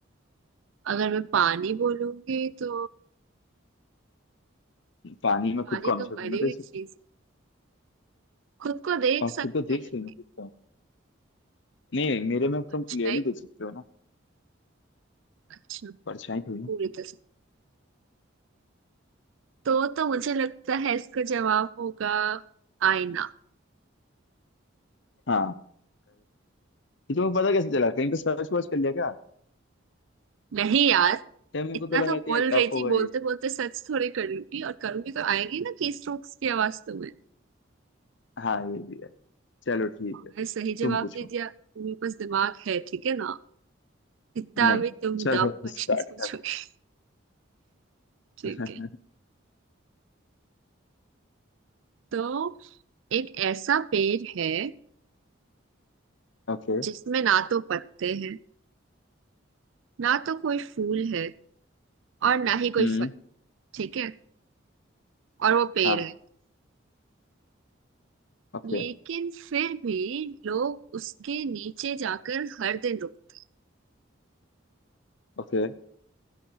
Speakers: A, on the right; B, on the left.
A: अगर मैं पानी बोलूंगी तो
B: पानी में खुद
A: पानी
B: को हमेशा
A: तो
B: थोड़ी
A: मरी
B: ना देख
A: हुई
B: सकते
A: चीज
B: हो
A: है। खुद को देख
B: और
A: सकते
B: खुद को देख
A: हैं
B: सकते
A: लेकिन
B: हो ना खुद को नहीं मेरे में तुम
A: वो अच्छा
B: क्लियरली
A: ही
B: देख सकते हो ना
A: अच्छा
B: परछाई थोड़ी ना
A: पूरी तरह तो तो मुझे लगता है इसका जवाब होगा आईना
B: हाँ ये तुम्हें पता कैसे चला कहीं पे सर्च वर्च कर लिया क्या
A: नहीं यार
B: क्या मेरे
A: इतना
B: को तो लगा
A: तो
B: कि
A: बोल
B: यार टफ
A: रही
B: होगा
A: थी बोलते
B: ये
A: बोलते सर्च थोड़े कर लूंगी और करूंगी तो आएगी ना की स्ट्रोक्स की आवाज तुम्हें
B: हाँ ये भी है चलो ठीक
A: मैं
B: है
A: सही जवाब
B: तुम पूछो
A: दे दिया तुम्हें पास दिमाग है ठीक है ना इतना
B: नहीं
A: अभी तुम
B: चलो
A: डब क्वेश्चंस
B: स्टार्ट
A: पूछोगे
B: कर
A: ठीक
B: <laughs>
A: है तो एक ऐसा पेड़ है
B: ओके
A: जिसमें ना तो पत्ते हैं ना तो कोई फूल है और ना ही कोई
B: हम्म
A: फल ठीक है और वो पेड़
B: हाँ
A: है
B: ओके
A: लेकिन फिर भी लोग उसके नीचे जाकर हर दिन रुकते
B: ओके